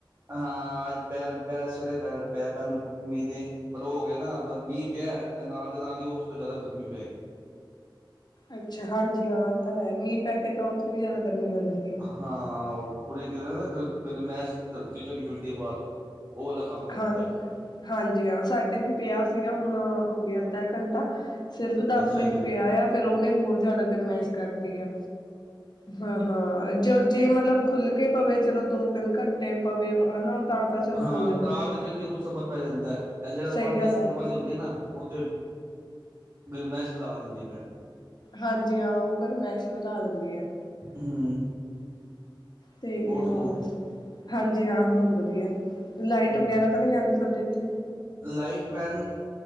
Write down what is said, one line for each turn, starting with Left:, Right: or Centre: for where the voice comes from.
Right: ਹਾਂ ਅੱਜ ਬਹਿਣ ਪਿਆ ਸਵੇਰੇ ਬਹਿਣ ਪਿਆ ਬੈਣ ਮੀਂਹ ਦੇ। ਪਰ ਉਹ ਹੋ ਗਿਆ ਨਾ ਬ ਮੀਂਹ ਪਿਆ ਤੇ ਨਾਲ ਦੇ ਨਾਲ ਹੀ ਉਸ ਤੋਂ ਜ਼ਿਆਦਾ ਗਰਮੀ ਪੈ ਗਈ।
Left: ਅੱਛਾ ਹਾਂਜੀ ਹਾਂ ਇਹ ਤਾਂ ਹੈ ਮੀਂਹ ਪੈ ਕੇ ਤਾਂ ਉਥੋਂ ਵੀ ਜ਼ਿਆਦਾ ਗਰਮੀ ਲੱਗਦੀ।
Right: ਹਾਂ ਉਹ ਪੂਰੀ ਕਹਿੰਦੇ ਨਾ ਗ ਗਰਮੈਸ਼ ਧਰਤੀ ਚੋਂ ਨਿਕਲਦੀ ਹੈ ਬਾਹਰ। ਉਹ ਵਾਲਾ ਕੰਮ ਹੋ ਜਾਂਦਾ
Left: ਹਾਂ ਹਾਂਜੀ ਹਾਂ ਸਾਡੇ ਵੀ ਪਿਆ ਸੀਗਾ ਹੁਣ ਹੋ ਗਿਆ ਅੱਧਾ ਘੰਟਾ। ਸਿਰਫ ਦਸ
Right: ਅੱਛਾ
Left: ਮਿੰਟ
Right: ਜੀ
Left: ਪਿਆ ਆ ਫਿਰ ਉਹਨੇ ਹੋਰ ਜ਼ਿਆਦਾ ਗਰਮੈਸ਼ ਕਰਤੀ ਆ। ਹਾਂ ਹਾਂ ਜੋ ਜੇ ਮਤਲਬ ਖੁੱਲ ਕੇ ਪਵੇ ਚਲੋ ਦੋ ਤਿੰਨ ਘੰਟੇ ਪਵੇ ਹਨਾ ਤਾਂ ਤਾਂ ਚਲੋ
Right: ਹਾਂ
Left: ਹੋ ਹੀ
Right: ਤਾਂ ਤੇ ਫਿਰ ਵੀ ਕੁਛ ਸਬਰ ਪੈ ਜਾਂਦਾ, ਹੈ ਇਹ ਜਿਹੜਾ
Left: ਸਹੀ
Right: ਪੰਜ
Left: ਗੱਲ
Right: ਦਸ ਮਿੰਟ
Left: ਹੈ
Right: ਵਾਲੇ ਹੁੰਦੀ ਨਾ ਉਹ ਤੇ, ਗਰਮਾਇਸ਼ ਵਧਾ ਦਿੰਦੀ ਭੈਣ।
Left: ਹਾਂਜੀ ਹਾਂ ਉਹ ਗਰਮਾਇਸ਼ ਵਧਾ ਦਿੰਦੀ ਹੈ।
Right: ਹੂੰ
Left: ਤੇ
Right: ਹੋਰ ਸੁਣਾਓ
Left: ਓਹੋ, ਹਾਂਜੀ ਹਾਂ ਹੋਰ ਵਧੀਆ। ਲਾਈਟ
Right: ਹੂੰ
Left: ਵਗੈਰਾ ਤਾਂ ਨਹੀਂ ਜਾਂਦੀ ਤੁਹਾਡੇ ਉੱਥੇ?
Right: ਲਾਈਟ ਭੈਣ,